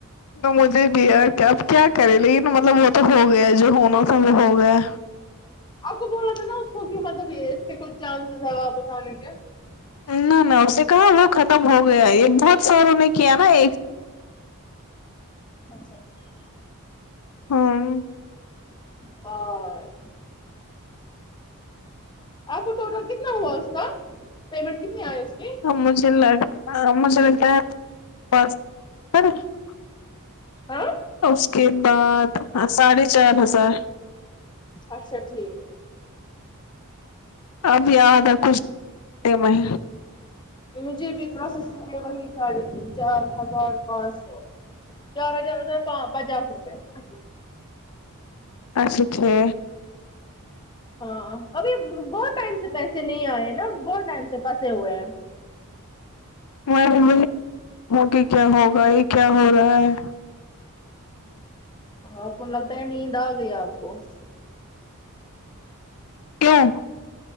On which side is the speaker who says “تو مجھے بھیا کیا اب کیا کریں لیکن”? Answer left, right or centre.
Left